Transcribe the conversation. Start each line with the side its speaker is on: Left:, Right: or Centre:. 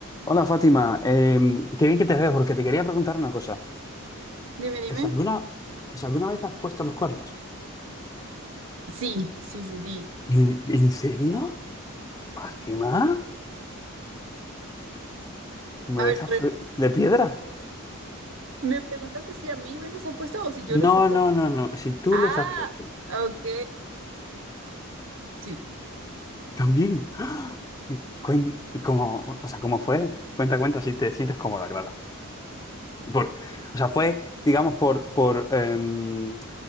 Left: Hola Fátima, Eh, qué bien que te veo porque te quería preguntar una cosa.
Right: Dime, dime.
Left: ¿Es alguna, es alguna vez has puesto los cuernos?
Right: Sí, sí, sí, sí.
Left: ¿En, en serio? Fátima, me
Right: A
Left: dejas
Right: ver, rep-
Left: fri- de piedra.
Right: me preguntaste si a mí me los han puesto o si yo los
Left: No,
Right: he... pe-
Left: no, no, no. Si tú
Right: Ah,
Left: los has puesto.
Right: ok. Sí.
Left: También. ¡Ah! ¿Y, cuen- y cómo, o sea, cómo fue? Cuenta, cuenta si te sientes cómoda, claro. Por, o sea, fue, digamos, por, por em,